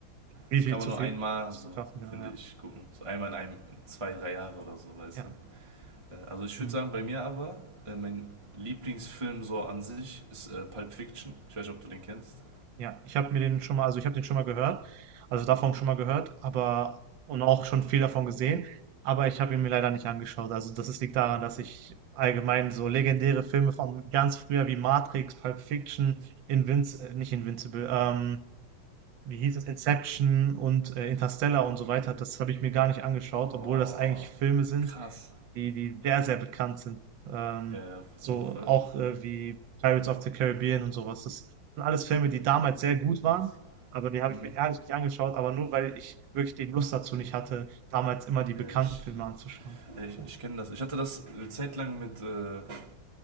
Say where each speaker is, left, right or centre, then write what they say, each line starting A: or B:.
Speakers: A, on the right; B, on the right.
A: Viel,
B: Das
A: viel
B: kann man
A: zu
B: nur
A: viel
B: einmal
A: zu
B: so,
A: verkraften, genau,
B: finde
A: ja.
B: ich, gucken. So einmal in einem, zwei, drei Jahre oder so, weißt
A: Ja.
B: du? Äh, Also ich
A: Hm.
B: würde sagen, bei mir aber, äh, mein Lieblingsfilm so an sich ist äh, Pulp Fiction. Ich weiß nicht, ob du den kennst.
A: Ja, ich habe mir den schon mal also, ich habe den schon mal gehört, also, davon schon mal gehört, aber und auch schon viel davon gesehen, aber ich habe ihn mir leider nicht angeschaut. Also, das ist liegt daran,
B: Hm,
A: dass ich allgemein so legendäre
B: äh,
A: Filme von ganz früher wie Matrix, Pulp Fiction, Invinci äh, nicht Invincible, ähm, wie hieß es? Inception und, äh, Interstellar
B: hm.
A: und so weiter, das habe ich mir gar nicht angeschaut,
B: Boah,
A: obwohl das eigentlich Filme sind,
B: krass.
A: die, die sehr, sehr bekannt sind. Ähm,
B: Ja, ja, auf
A: so
B: jeden Fall.
A: auch äh, wie Pirates of the Caribbean und sowas. Das sind alles Filme, die damals sehr gut
B: Krass.
A: waren, aber die habe
B: Hm.
A: ich mir ehrlich nicht angeschaut, aber nur weil ich wirklich die Lust dazu nicht hatte, damals immer die bekannten
B: Ja, ich,
A: Filme anzuschauen.
B: ja, ich, ich kenne das. Ich hatte das eine Zeit lang mit, äh, mit